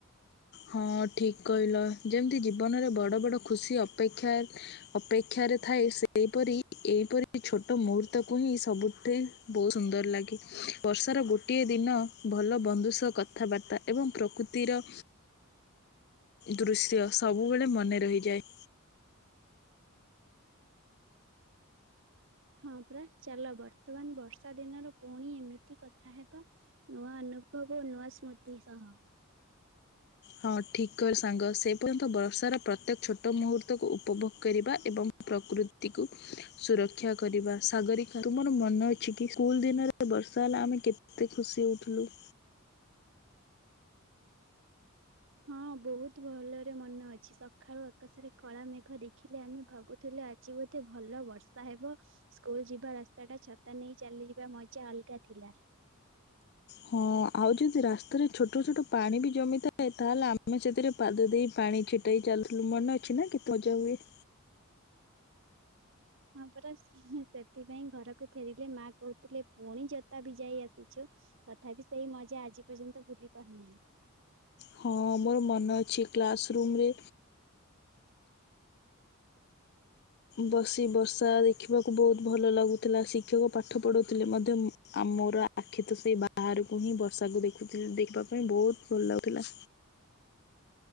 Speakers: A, on the left (about 50°); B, on the right (about 60°).
A: ହଁ ଠିକ୍ କହିଲ ଯେମିତି ଜୀବନରେ ବଡ଼ ବଡ଼ ଖୁସି ଅପେକ୍ଷା ଅପେକ୍ଷାରେ ଥାଏ ସେହିପରି ଏହିଇପରି ଛୋଟ ମୁହୂର୍ତ୍ତକୁ ହିଁ ସବୁଠି। ବହୁତ ସୁନ୍ଦର ଲାଗେ ବର୍ଷାର ଗୋଟିଏ ଦିନ ଭଲ ବନ୍ଧୁ ସହ କଥାବାର୍ତ୍ତା ଏବଂ ପ୍ରକୃତିର ଦୃଶ୍ୟ ସବୁବେଳେ ମନେ ରହିଯାଏ।
B: ହଁ ପରା ଚାଲ ବର୍ତ୍ତମାନ ବର୍ଷା ଦିନର ପୁଣି ଏମିତି କଥା ହେବା। ନୂଆ ଅନୁଭବ ନୂଆ ସ୍ମୃତି ସହ
A: ହଁ ଠିକ୍ କ ସାଙ୍ଗ ସେ ପର୍ଯ୍ୟନ୍ତ ବର୍ଷାର ପ୍ରତ୍ୟେକ ଛୋଟ ମୁହୂର୍ତ୍ତକୁ ଉପଭୋଗ କରିବା ଏବଂ ପ୍ରକୃତିକୁ ସୁରକ୍ଷା କରିବା ସାଗରିକା ତୁମର ମନ ଅଛି କି ସ୍କୁଲ ଦିନରେ ବର୍ଷା ହେଲା ଆମେ କେ କେତେ ଖୁସି ହଉଥିଲୁ।
B: ହଁ ବହୁତୁ ଭଲରେ ମନ ଅଛି ସକାଳୁ ଆକାଶରେ କଳା ମେଘ ଦେଖିଲେ ଆମେ ଭାବୁ ଥିଲେ ଆଜି ବୋଧେ ଭଲ ବର୍ଷା ହେବ। ସ୍କୁଲ ଯିବା ରାସ୍ତା ଟା ଛତା ନେଇ ଚାଲିଯିବା ମଜା ଅଲଗା ଥିଲା।
A: ହଁ ଆଉ ଯଦି ରାସ୍ତାରେ ଛୋଟ ଛୋଟ ପାଣି ବି ଜମିଥାଏ ତାହେଲେ ଆମେ ସେଥିରେ ପାଦ ଦେଇ ପାଣି ଛିଟେଇ ଚାଲିଥିଲୁ ମନେ ଅଛି ନା କେତେ ମଜା ହୁଏ।
B: ହଁ ପରାସ୍ ସେଥିପାଇଁ ଘରକୁ ଫେରିଲେ ମା କହୁଥିଲେ ପୁଣି ଜୋତା ଭିଯାଇ ଆସିଛୁ। ତଥାବି ସେଇ ମଜା ଆଜି ପର୍ଯ୍ୟନ୍ତ ଭୁଲି ପାରୁନାହିଁ।
A: ହଁ ମୋର ମନେ ଅଛି କ୍ଲାସ୍ ରୁମ ରେ ବସି ବର୍ଷା ଦେଖିବାକୁ ବହୁତ ଭଲ ଲାଗୁଥିଲା ଶିକ୍ଷକ ପାଠ ପଢ଼ୁଥିଲେ ମଧ୍ୟ ଆମ ମୋର ଆଖି ତ ସେଇ ବାହାରକୁ ହିଁ ବର୍ଷାକୁ ଦେଖୁିଥି ଦେଖିବା ପାଇଁ ବହୁତ ଭଲ ଲାଗୁଥିଲା।